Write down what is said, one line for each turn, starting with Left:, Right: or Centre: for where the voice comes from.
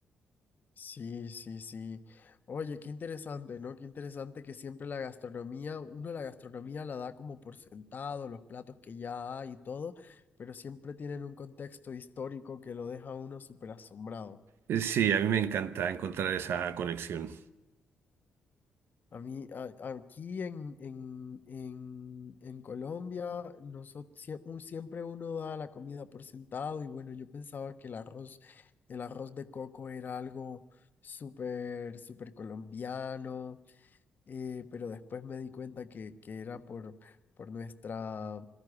Left: Sí, sí, sí. Oye, qué interesante, ¿no? Qué interesante que siempre la gastronomía, uno la gastronomía la da como por sentado, los platos que ya hay y todo, pero siempre tienen un contexto histórico que lo deja a uno súper asombrado.
Right: Eh, Sí, a mí me encanta encontrar esa conexión.
Left: A mí, a- aquí en, en, en, en Colombia, nosotros, siempre uno da la comida por sentado y bueno, yo pensaba que el arroz, el arroz de coco era algo súper, súper colombiano, eh, pero después me di cuenta que, que era por, por nuestra,